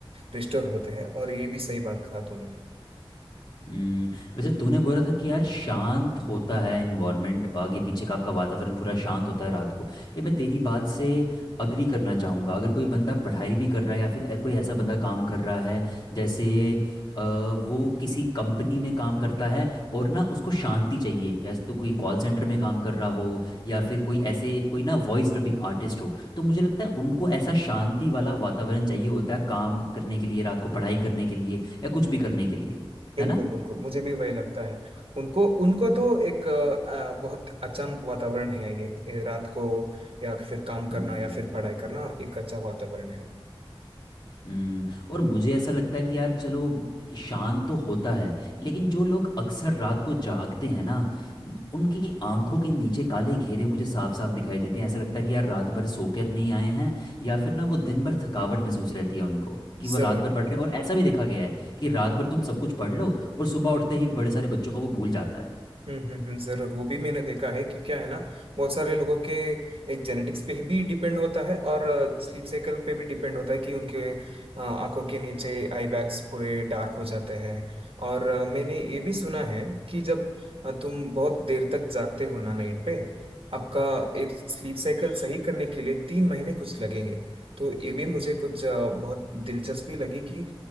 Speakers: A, on the right; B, on the left.
A: रिस्टोर होते हैं और ये भी सही बात कहा तूने
B: हम्म, वैसे तूने बोला था कि यार शांत होता है इन्वायरमेंट आगे पीछे का आपका वातावरण पूरा शांत होता है रात को ये मैं तेरी बात से अग्री करना चाहूँगा अगर कोई बंदा पढ़ाई भी कर रहा है या फिर ए- कोई ऐसा बंदा काम कर रहा है जैसे अ, वो किसी कंपनी में काम करता है और ना उसको शांति चाहिए या तो कोई कॉल सेंटर में काम कर रहा हो या फिर कोई ऐसे कोई ना वॉइस डबिंग आर्टिस्ट हो तो मुझे लगता है उनको ऐसा शांति वाला वातावरण चाहिए होता है काम करने के लिए रात को पढ़ाई करने के लिए या कुछ भी करने के लिए
A: बिल्कुल
B: है ना
A: बिल्कुल मुझे भी वही लगता है उनको उनको तो एक अ, बहुत अच्छा वातावरण है ये ये रात को या फिर काम
B: हम्म,
A: करना या फिर पढ़ाई करना एक अच्छा वातावरण है
B: हम्म, और मुझे ऐसा लगता है कि यार चलो शांत तो होता है लेकिन जो लोग अक्सर रात को जागते हैं ना उम, उनकी आंखों के नीचे काले घेरे मुझे साफ साफ दिखाई देते हैं ऐसा लगता है कि यार रात भर सोकर नहीं आए हैं या फिर ना वो दिन भर थकावट महसूस रहती है उनको कि वो
A: जरूर
B: रात भर पढ़ रहे हैं और ऐसा भी देखा गया है कि रात भर तुम सब कुछ पढ़ लो और सुबह उठते ही बड़े सारे बच्चों को वो भूल जाता है
A: हम्म हम्म हम्म, जरूर वो भी मैंने देखा है कि क्या है ना बहुत सारे लोगों के एक जेनेटिक्स पे भी डिपेंड होता है और स्लीप साइकिल पे भी डिपेंड होता है कि उनके अ, आंखों के नीचे आई बैग्स पूरे डार्क हो जाते हैं और अ, मैंने ये भी सुना है कि जब अ, तुम बहुत देर तक जागते हो ना नाइट पे आपका एक स्लीप साइकिल सही करने के लिए तीन महीने कुछ लगेंगे तो ये भी मुझे कुछ अ, बहुत दिलचस्पी लगी कि